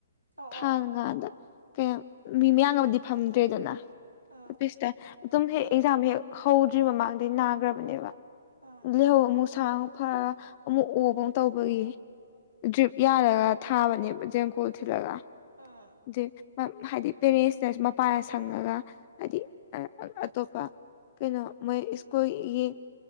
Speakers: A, on the right; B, on the left.
A: ꯑꯣ
B: ꯊꯥꯡ
A: ꯑꯣ ꯑꯣ
B: ꯀꯥꯟꯗ ꯀꯩꯅꯣ ꯃꯤ ꯃꯌꯥꯝ ꯑꯃꯗꯤ ꯐꯝꯗ꯭ꯔꯦꯗꯅ
A: ꯎꯝ
B: ꯑꯣꯐꯤꯁꯇ ꯑꯗꯨꯝ ꯍꯦꯛ ꯑꯦꯛꯖꯥꯝ ꯍꯦꯛ ꯍꯧꯗ꯭ꯔꯤ ꯃꯃꯥꯡꯗꯩ ꯅꯥꯈ꯭ꯔꯕꯅꯦꯕ
A: ꯎꯝ
B: ꯂꯩꯍꯧ ꯑꯃꯨꯛ ꯁꯥꯡꯛ ꯐꯔ ꯑꯃꯨꯛ ꯑꯣꯕ ꯑꯃ ꯇꯧꯕꯒꯤ ꯗ꯭ꯔꯤꯞ ꯌꯥꯔꯒ ꯊꯥꯕꯅꯦꯕ ꯖꯦꯡꯀꯣꯜ ꯊꯤꯜꯂꯒ
A: ꯎꯝ
B: ꯦ ꯍꯥꯏꯗꯤ ꯄꯦꯔꯦꯟꯁꯅꯁꯨ ꯃꯄꯥꯟꯗ ꯁꯪꯉꯒ ꯍꯥꯏꯗꯤ ꯑꯇꯣꯞꯄ ꯀꯩꯅꯣ ꯃꯣꯏ ꯁ꯭ꯀꯨꯜꯒꯤ